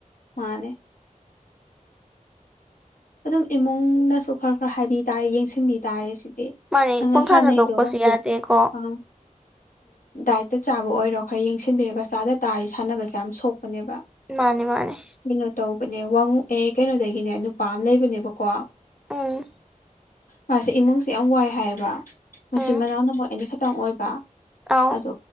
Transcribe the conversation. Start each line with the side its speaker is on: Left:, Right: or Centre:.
Left: ꯃꯥꯅꯦ꯫ ꯑꯗꯨꯝ ꯏꯃꯨꯡꯅꯁꯨ ꯈꯔ ꯈꯔ ꯍꯥꯏꯕꯤ ꯇꯥꯔꯦ ꯌꯦꯡꯁꯤꯟꯕꯤ ꯇꯥꯔꯦ ꯁꯤ꯫
Centre: ꯃꯥꯅꯤ
Left: ꯑꯗꯥ
Centre: ꯄꯨꯡꯊꯥ
Left: ꯁꯥꯟꯅꯩꯗꯣ
Centre: ꯊꯥꯗꯣꯛꯄꯁꯨ ꯌꯥꯗꯦꯀꯣ
Left: ꯑꯥ꯫ ꯗꯥꯏꯠꯇ ꯆꯥꯕ ꯑꯣꯏꯔꯣ ꯈꯔ ꯌꯦꯡꯁꯤꯟꯕꯤꯔꯒ ꯆꯥꯗ ꯇꯥꯔꯤ ꯁꯥꯟꯅꯕꯁꯦ ꯌꯥꯝ ꯁꯣꯛ꯫ ꯄꯅꯦꯕ
Centre: ꯃꯥꯅꯤ ꯃꯥꯅꯤ
Left: ꯀꯩꯅꯣ ꯇꯧꯕꯅꯦ ꯋꯥꯡꯉꯨ ꯑꯦ ꯀꯩꯅꯣꯗꯒꯤꯅꯦ ꯅꯨ꯫ ꯄꯥ ꯑꯝ ꯂꯩꯕꯅꯦꯕꯀꯣ꯫
Centre: ꯑꯥ꯫
Left: ꯃꯥꯁꯦ ꯏꯃꯨꯡꯁꯦ ꯌꯥꯝ ꯋꯥꯏ ꯍꯥꯏꯌꯦꯕ ꯃꯆꯤꯟ
Centre: ꯎꯝ
Left: ꯃꯅꯥꯎꯅ ꯑꯃꯨꯢ ꯑꯥꯅꯤ ꯈꯛꯇꯪ ꯑꯣꯏꯕ꯫
Centre: ꯑꯧ
Left: ꯑꯗꯣ꯫